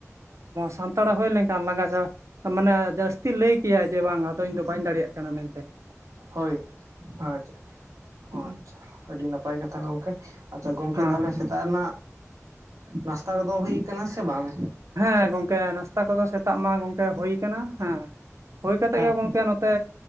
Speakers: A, on the right; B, on the right.
A: ᱥᱟᱱᱛᱟᱲ ᱦᱩᱭ ᱞᱮᱱᱠᱷᱟᱱ ᱞᱟᱸᱜᱟ ᱪᱟᱵᱟ ᱢᱟᱱᱮ ᱡᱟᱹᱥᱛᱤ ᱞᱟᱹᱭ ᱠᱤᱭᱟᱭ ᱡᱮ ᱵᱟᱝ ᱟᱫᱚ ᱤᱧ ᱫᱚ ᱵᱟᱹᱧ ᱫᱟᱲᱮᱭᱟᱜ ᱠᱟᱱᱟ ᱢᱮᱱᱛᱮ ᱾
B: ᱦᱳᱭ ᱟᱪᱪᱷᱟ ᱾
A: ᱦᱮᱸ
B: ᱟᱪᱪᱷᱟ ᱟᱹᱰᱤ ᱱᱟᱯᱟᱭ ᱠᱟᱛᱷᱟ ᱜᱚᱝᱠᱮ, ᱟᱪᱪᱷᱟ ᱜᱚᱝᱠᱮ
A: ᱦᱮᱸ
B: ᱛᱟᱦᱚᱞᱮ ᱥᱮᱛᱟᱜ ᱨᱮᱱᱟᱜ ᱱᱟᱥᱛᱟ ᱠᱚᱫᱚ ᱦᱩᱭ ᱟᱠᱟᱱᱟ ᱥᱮ ᱵᱟᱝ?
A: ᱦᱮᱸ ᱜᱚᱝᱠᱮ ᱱᱟᱥᱛᱟ ᱠᱚᱫᱚ ᱥᱮᱛᱟᱜ ᱢᱟ ᱜᱚᱝᱠᱮ ᱦᱩᱭ ᱠᱟᱱᱟ ᱦᱮᱸ ᱾ ᱦᱩᱭ ᱠᱟᱛᱮᱫ
B: ᱦᱮᱸ
A: ᱜᱮ ᱜᱚᱢᱠᱮ ᱱᱚᱛᱮ